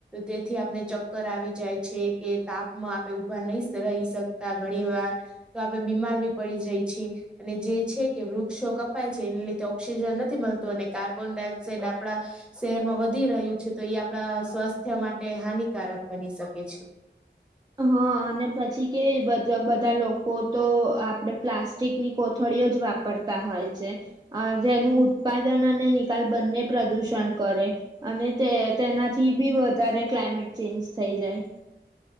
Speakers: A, in the centre; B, on the right.
A: તેથી આપને ચક્કર આવી જાય છે. કે તાપમાં આપે ઊભા નહી રહી શકતા ઘણી વાર તો આપણે બીમારી બી પડી જઈએ છીએ છે અને જે છે કે વૃક્ષો કપાય છે. એને લીધે ઓક્સિજન નથી મળતું અને કાર્બન ડાયોક્સાઇડ આપડા શહેરમાં વધી રહ્યું છે. તો એ આપણા સ્વાસ્થ્ય માટે હાનિકારક બની શકે છે.
B: હઅને પછી કે બધા લોકો તો આપડે પ્લાસ્ટ -ટીકની કોથળીઓ જ વાપરતા હોય છે. અ જેનું ઉત્પાદન અને નિકાલ બંને પ્રદૂષણ કરે. અને તે તેનાથી બી વધારે ક્લાયમેટ ચેન્જ થઈ જાય.